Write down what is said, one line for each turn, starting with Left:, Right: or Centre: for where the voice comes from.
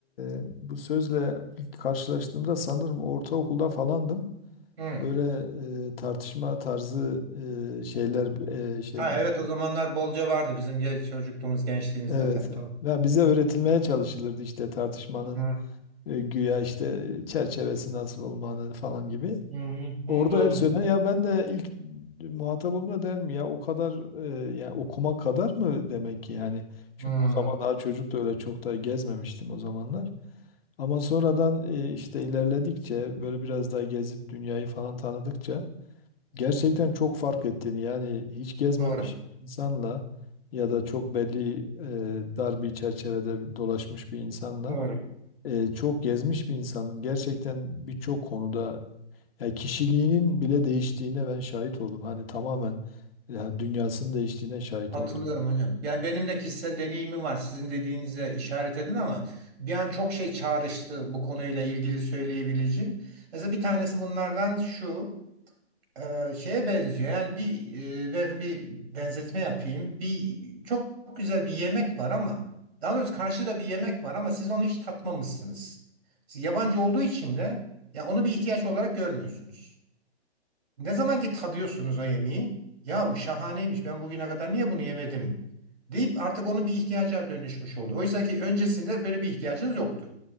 Left: e, bu sözle ilk karşılaştığımda sanırım ortaokulda falandım.
Right: Hı.
Left: Böyle e, tartışma tarzı e, şeyler e, şey
Right: Ha evet o zamanlar bolca vardı bizim gen- çocukluğumuz gençliğimizde
Left: evet.
Right: de. Doğru.
Left: Ya bize öğretilmeye çalışılırdı işte tartışmanın
Right: Hı hı,
Left: e, güya işte çerçevesi nasıl olmanın falan gibi.
Right: hı hı,
Left: Orada
Right: doğru
Left: hep söylenen
Right: diyorsun.
Left: ya ben de ilk muhatap olduğumda der mi ya o kadar e, ya okuma kadar mı demek ki yani çünkü
Right: Hı,
Left: o zaman daha çocuk da öyle çok da gezmemiştim o zamanlar ama sonradan e, işte ilerledikçe böyle biraz daha gezip dünyayı falan tanıdıkça gerçekten çok fark ettiğini yani hiç gezmemiş
Right: doğru.
Left: bir insanla ya da çok belli e, dar bir çerçevede dolaşmış bir insanla
Right: Doğru.
Left: e, çok gezmiş bir insanın gerçekten birçok konuda yani kişiliğinin bile değiştiğine ben şahit oldum. Hani tamamen ya dünyasının değiştiğine şahit
Right: Hatırlıyorum
Left: oldum.
Right: hocam. Yani benim de kişisel deneyimim var. Sizin dediğinize işaret edin ama bir an çok şey çağrıştı bu konuyla ilgili söyleyebileceğim. Mesela bir tanesi bunlardan şu. Eee, şeye benziyor. Yani bir eee, ben bir benzetme yapayım. Bir çok, çok güzel bir yemek var ama daha doğrusu karşıda bir yemek var ama siz onu hiç tatmamışsınız. Siz yabancı olduğu için de ya onu bir ihtiyaç olarak görmüyorsunuz. Ne zaman ki tadıyorsunuz o yemeği, ya bu şahaneymiş. Ben bugüne kadar niye bunu yemedim deyip artık onu bir ihtiyaca dönüşmüş oluyor. Oysa ki öncesinde böyle bir ihtiyacınız yoktu.